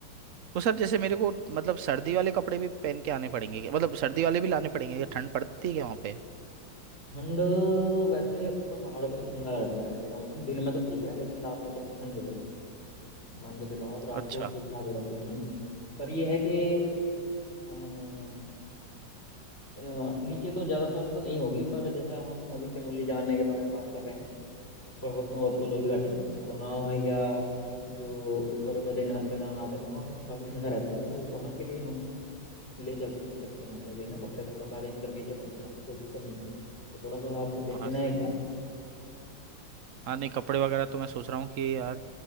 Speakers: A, on the right (about 55°); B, on the left (about 30°).
A: तो सर जैसे मेरे को मतलब सर्दी वाले कपड़े भी पहन के आने पड़ेंगे क्या मतलब सर्दी वाले भी लाने पड़ेंगे क्या ठंड पड़ती है क्या वहाँ पे
B: ठंड वैसे ऊपर पहाड़ों पे तो ठंडा रह गया रहेगा मौसम दिन में तो ठीक है लेकिन रात में तो ठंड हो जाएगी मान के चलो आप रात
A: अच्छा
B: को ठीक ठाक हो जाती है ठंड पर ये है कि अ, अ, नीचे तो ज्यादातर तो नहीं होगी पर जैसा हम अभी चमोली जाने के बारे में बात कर रहे हैं पर- फूलों की घाटी में वहाँ या जो ऊपर बद्रीनाथ केदारनाथ है वहाँ काफी ठंडा रहता है तो वहाँ के लिए हम ले चल सकते हैं अपने लिए ना कपड़े थोड़ा सा अरेंज करके ही चलेंगे यहाँ से कोई दिक्कत नहीं है तो थोड़ा सा आप देख
A: हाँ
B: लेना
A: सही
B: एक बार
A: हाँ नहीं कपड़े वगैरह तो मैं सोच रहा हूँ कि यार